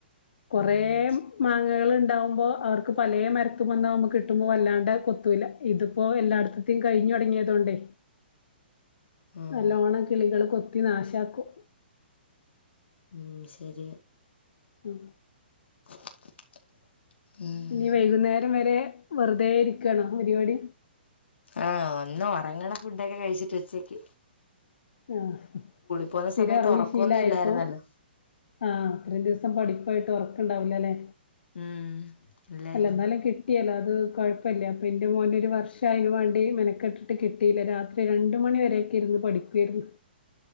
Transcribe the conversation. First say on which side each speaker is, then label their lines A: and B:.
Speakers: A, on the left; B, on the left.
A: കുറേ
B: ഉം
A: മാങ്ങകൾ ഉണ്ടാവുമ്പോ അവർക്ക് പലേ മരത്തുമന്നക്ക് കിട്ടുമ്പോ വല്ലാണ്ട് കൊ ത്തുല ഇതിപ്പോ എല്ലായിടത്തെയും കഴിഞ്ഞു തുടങ്ങിയതൊണ്ടേ
B: ആഹ്
A: നല്ലോണം കിളികൾ കൊത്തി നാശാക്കും
B: ഉം ശരി
A: ഉ
B: <unintelligible> ഉം
A: ഇനി വൈകുന്നേരം വരെ വെറുതെ ഇരിക്കാണോ പരിപാടി
B: ആഹ് ഒന്നു ഒറങ്ങണം ഫുഡൊക്കെ കഴിച്ചിട്ട് ഉച്ചേക്ക്
A: ആഹ്
B: പോകുന്ന
A: സ്ഥിരം
B: സമയത്ത്
A: ഉറങ്ങി
B: ഒറക്കൊന്നും
A: ശീലായപ്പോ
B: ഇല്ലായിരുന്നല്ലോ
A: ആഹ അത്രയും ദിവസം പഠിപ്പായിട്ട് ഉറക്കം ണ്ടാവില്ലല്ലേ
B: ഉം ഇല്ലായിരുന്നു
A: അല്ല എന്നാലും കിട്ടിയല്ല അത് കുഴപ്പമില്ല അപ്പോൾ എൻ്റെ മോൻ ഒരു വർഷം അതിന് വേണ്ടി മെനക്കെട്ടിട്ട് കിട്ടിയില്ല രാത്രി രാത്രി രണ്ടു മണിവരെയൊക്കെ ഇരുന്നു പഠിക്കുആയിരുന്നു